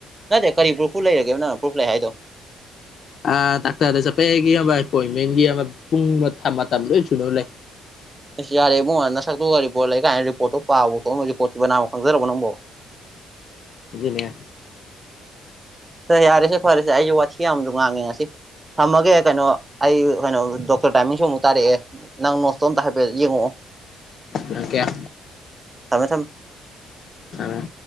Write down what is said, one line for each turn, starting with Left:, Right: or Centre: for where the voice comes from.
Right: ꯅꯠꯇꯦ ꯀꯔꯤ ꯄ꯭ꯔꯨꯐꯨ ꯂꯩꯔꯒꯦ ꯅꯪ ꯄ꯭ꯔꯨꯐ ꯂꯩ ꯍꯥꯏꯗꯣ
Left: ꯑ ꯗꯥꯛꯇꯔꯗ ꯆꯠꯄꯦꯒꯤ ꯑꯃ ꯑꯦꯄꯣꯏꯟꯃꯦꯟꯒꯤ ꯄꯨꯡ ꯃꯇꯝ ꯂꯣꯏ ꯁꯨꯅꯨ ꯂꯩ
Right: <inaudible> ꯑꯁ ꯌꯥꯔꯦ ꯏꯕꯣ ꯍꯗ ꯅ ꯁꯛꯛꯇꯨꯒ ꯔꯤꯄꯣꯔꯠ ꯂꯩ ꯀꯥꯏꯅ ꯔꯤꯄꯣꯔꯠꯇꯣ ꯄꯥꯕ ꯈꯣꯠ ꯔꯤꯄꯣꯔꯠꯇꯤ ꯃꯅꯥꯝꯃ ꯈꯪꯖꯔꯕ ꯅꯪꯕꯣ <inaudible>
Left: ꯑꯗꯨ ꯑꯗꯨꯅ
Right: ꯍ ꯌꯥꯔꯁꯦ ꯐꯔꯦꯁꯦ ꯑꯩꯁꯦ ꯋꯥꯊꯤ ꯌꯥꯝꯗ ꯉꯥꯡꯉꯦ ꯉꯁꯤ ꯊꯝꯃꯒꯦ ꯀꯩꯅꯣ ꯑꯩ ꯀꯩꯅꯣ ꯗꯣꯛꯇꯔ ꯇꯥꯏꯃꯤꯡꯁꯨ ꯑꯃꯨꯛ ꯇꯥꯔꯛꯑꯦ ꯅꯪ ꯅꯣꯁꯇꯣꯝꯇ ꯍꯥꯏꯐꯦꯠ ꯌꯦꯡꯉꯛꯑꯣ
Left: ꯂꯪꯀꯦꯌꯥ
Right: ꯊꯝꯃꯦ ꯊꯝꯃꯦ
Left: ꯑ